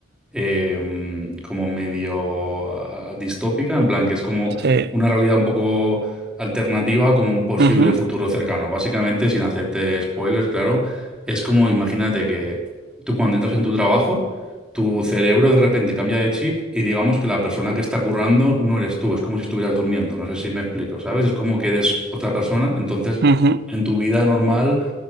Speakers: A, in the centre; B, on the right.
A: eh, como medio ah, distópica, en plan que es como
B: Sí.
A: una realidad un poco alternativa o como un posible
B: Ujú,
A: futuro cercano. Básicamente, sin hacerte spoilers, claro, es como imagínate que tú cuando entras en tu trabajo tu cerebro de repente cambia de chip y digamos que la persona que está currando no eres tú, es como si estuvieras durmiendo, no sé si me explico, ¿sabes? Es como que eres otra persona, entonces
B: ujú.
A: en tu vida normal